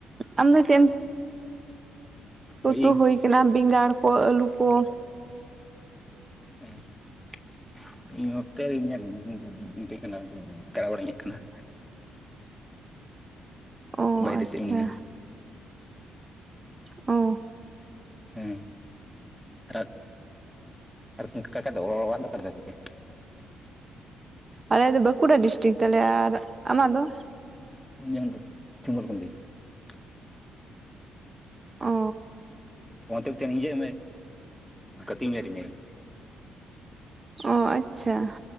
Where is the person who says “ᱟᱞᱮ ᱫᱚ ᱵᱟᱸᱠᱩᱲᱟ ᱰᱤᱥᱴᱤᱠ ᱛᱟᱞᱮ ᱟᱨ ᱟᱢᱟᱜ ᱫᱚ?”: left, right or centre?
Right